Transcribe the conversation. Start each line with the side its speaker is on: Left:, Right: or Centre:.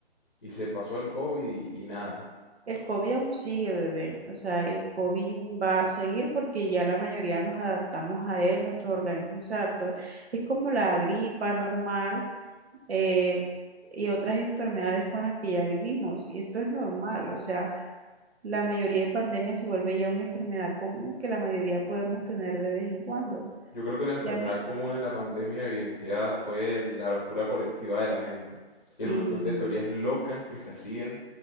Left: Y se pasó el COVID y, y nada.
Right: El COVID aún sigue, bebé. O sea, el COVID va a seguir porque ya la mayoría nos adaptamos a él, nuestro organismo se adaptó. a él. Es como la gripa normal eh, y otras enfermedades con las que ya vivimos. Y esto es normal, o sea, la mayoría de pandemias se vuelve ya una enfermedad común que la mayoría podemos tener de vez en cuando.
Left: Yo creo que la enfermedad
Right: Obviamente,
Left: común en la pandemia evidenciada fue la locura colectiva de la gente
Right: sí,
Left: y el montón de teorías locas que se hacían